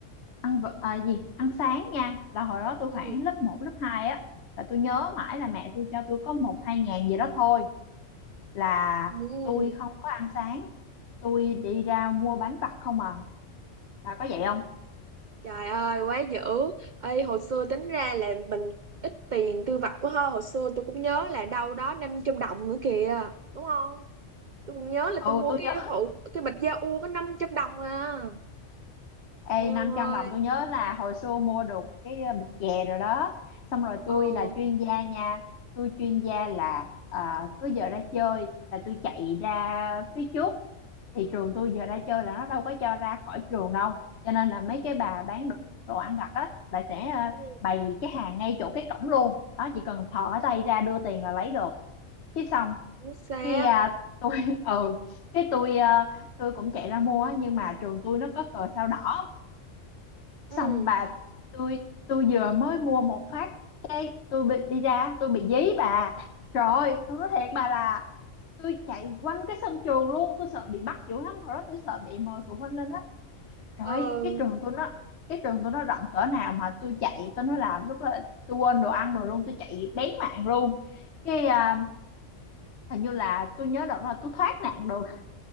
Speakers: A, on the left (about 60°); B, on the right (about 55°).
A: ăn vợ- à, gì ăn sáng nha là hồi đó tôi
B: Ừ.
A: khoảng lớp một lớp 2 á là tôi nhớ mãi là mẹ tôi cho tôi có một hai ngàn gì đó thôi là
B: Ừ.
A: tôi không có ăn sáng tôi đi ra mua bánh vặt không à bà có vậy không
B: Trời ơi quá dữ Ê, hồi xưa tính ra là mình ít tiền tiêu vặt quá ha hồi xưa tôi cũng nhớ là đâu đó 500 đồng nữa kìa đúng không tôi cũng nhớ là
A: ừ
B: tôi mua
A: tôi
B: cái
A: nhớ
B: hộ cái bịch da u có 500 đồng à
A: Ê,
B: eo
A: 500
B: ơi
A: đồng tôi nhớ là hồi xưa mua được cái ờ, bịch chè rồi đó Xong rồi
B: ờ
A: tôi là chuyên gia nha Tôi chuyên gia là ờ, cứ giờ ra chơi là tôi chạy ra phía trước Thì trường tôi giờ ra chơi là nó đâu có cho ra khỏi trường đâu Cho nên là mấy cái bà bán đồ, đồ ăn vặt á Bà sẽ ờ,
B: ừ.
A: bày cái hàng ngay chỗ cái cổng luôn Đó chỉ cần thò cái tay ra đưa tiền là lấy được cái xong
B: chính xác
A: cái à, tôi <laughs> ừ cái tôi à, tôi cũng chạy ra mua á, nhưng mà trường tôi nó có cờ sao đỏ
B: ừ
A: xong bà tôi tôi vừa mới mua một phát cái tôi bị đi ra tôi bị dí bà rồi tôi nói thiệt bà là tôi chạy quanh cái sân trường luôn tôi sợ bị bắt dữ lắm hồi đó tôi sợ bị mời phụ huynh lên đó rồi
B: ờ
A: cái trường tôi nó cái trường tôi nó rộng cỡ nào mà tôi chạy tôi nói là lúc đó tôi quên đồ ăn rồi luôn tôi chạy bén mạng luôn cái à, hình như là tôi nhớ đợt là tôi thoát nạn được